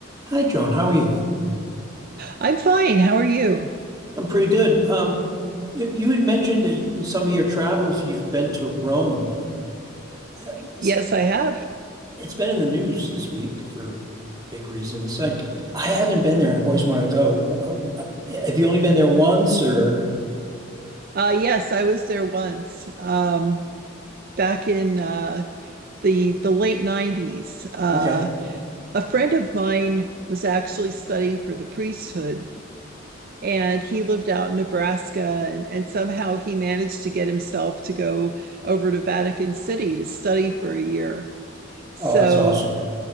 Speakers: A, on the right; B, on the right.
A: Hi, Joan. How are you?
B: I'm fine. How are you?
A: I'm pretty good. Um, you, you had mentioned that you, in some of your travels you've been to Rome. Uh, It's,
B: Yes, I have.
A: it's been in the news this week for big reasons. Like I haven't been there, and I've always wanted to go. Wh- wh- Have you only been there once, or
B: Uh, yes, I was there once, um, back in uh, the the late 90s. Uh,
A: okay?
B: a friend of mine was actually studying for the priesthood, and he lived out in Nebraska, and, and somehow he managed to get himself to go over to Vatican City to study for a year. So
A: Oh, that's awesome.